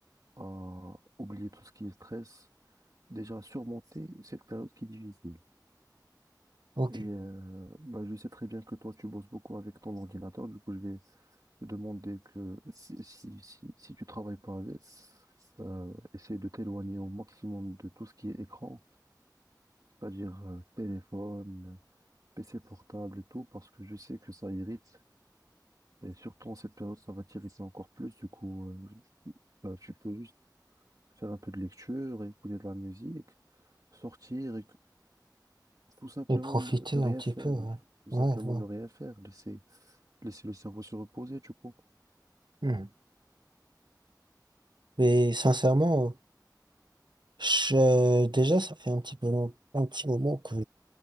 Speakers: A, on the right (about 55°); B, on the right (about 80°).
A: à oublier tout ce qui est stress. déjà surmonter cette période qui est difficile.
B: ok.
A: Et euh, bah, je sais très bien que toi, tu bosses beaucoup avec ton ordinateur. Du coup, je vais te demander que si, si, si, si tu travailles pas avec, euh, essaye de t'éloigner au maximum de tout ce qui est écran, c'est-à-dire euh, téléphone, PC portable et tout, parce que je sais que ça irrite. Et surtout en cette période, ça va t'irriter encore plus. Du coup, euh, bah, tu peux juste faire un peu de lecture, écouter de la musique, sortir, Tout simplement
B: Et profiter
A: ne, ne rien
B: un petit
A: faire,
B: peu, ouais,
A: ou tout simplement
B: ouais, ouais.
A: ne rien faire, laisser, laisser le cerveau se reposer, tu coup.
B: Mhm. Mais sincèrement, je- euh, déjà, ça fait un petit peu long- un petit moment que